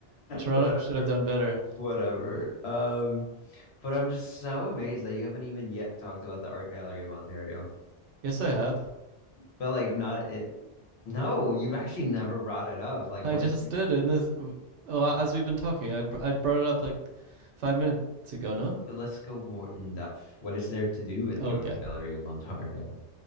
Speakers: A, on the right; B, on the left.
A: Toronto
B: Whatever.
A: <laughs> should have done better.
B: Whatever. Um, But I'm just so amazed that you haven't even yet talked about the Art Gallery of Ontario.
A: Yes, I have.
B: But like not it no, you've actually never brought it up. Like
A: I
B: what
A: just
B: is there?
A: did in this. Well, as we've been talking, I I brought it up like five minutes ago. No.
B: But let's go more in depth. What is there to do in
A: Okay.
B: the Art Gallery of Ontario?